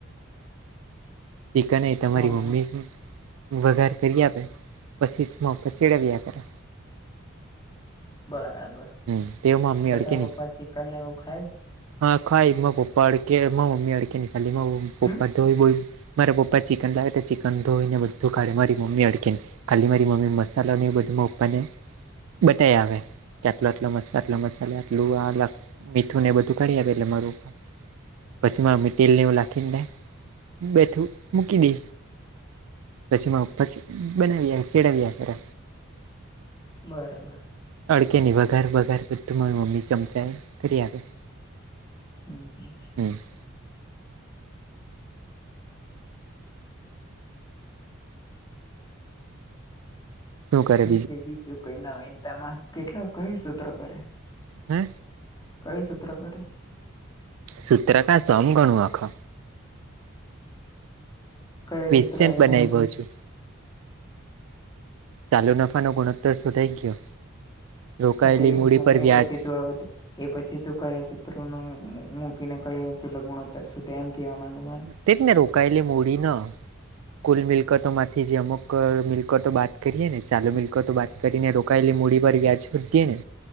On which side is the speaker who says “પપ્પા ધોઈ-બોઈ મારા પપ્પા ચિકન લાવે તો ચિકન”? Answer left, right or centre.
Right